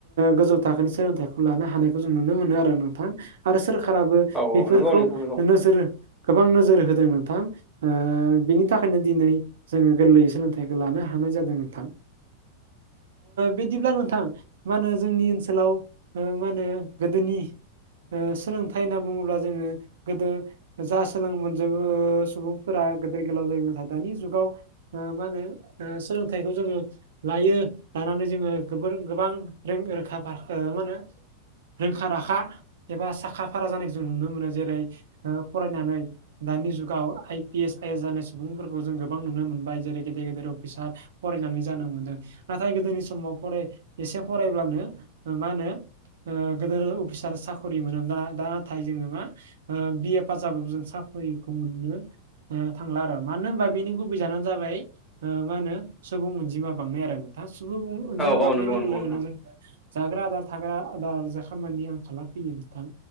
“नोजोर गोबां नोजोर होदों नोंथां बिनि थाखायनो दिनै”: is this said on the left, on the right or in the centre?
Right